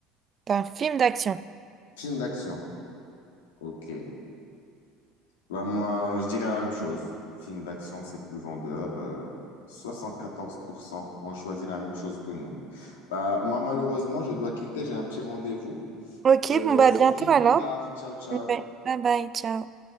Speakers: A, on the right; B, on the left.
A: C'est un film d'action.
B: Film d'action, ok. Bah, moi, je dirais la même chose. Film d'action, c'est plus vendeur. euh, 74% ont choisi la même chose que nous. Bah, moi, malheureusement, je dois quitter, j'ai un petit rendez-vous.
A: Ok,
B: Euh,
A: bon bah
B: on s'écrit
A: à bientôt
B: plus
A: alors.
B: tard. Ciao, ciao.
A: Ouais. Bye bye, ciao.